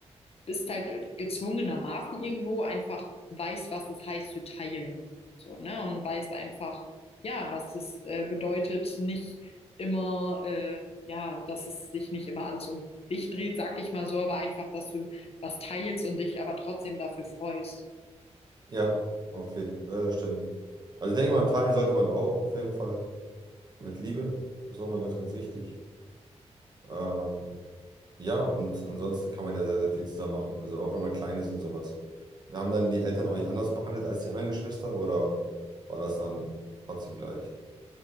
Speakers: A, on the left (about 60°); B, on the right (about 35°).
A: bist halt gezwungenermaßen irgendwo einfach weißt, was es heißt zu teilen. So, ne? Und weißt einfach, ja, was es äh, bedeutet, nicht immer, äh, ja, dass es sich nicht immer alles um dich dreht, sag ich mal so, aber einfach, dass du was teilst und dich aber trotzdem dafür freust.
B: Ja, auf jeden Fall, ja, das stimmt. Also ich denke mal, teilen sollte man auch auf jeden Fall mit Liebe. Das ist auch mal ganz, ganz wichtig. Ähm, ja, und ansonsten kann man ja sehr, sehr viel zusammen machen. Also auch wenn man klein ist und sowas. Haben dann die Eltern euch anders behandelt als die anderen Geschwister oder war das dann trotzdem gleich?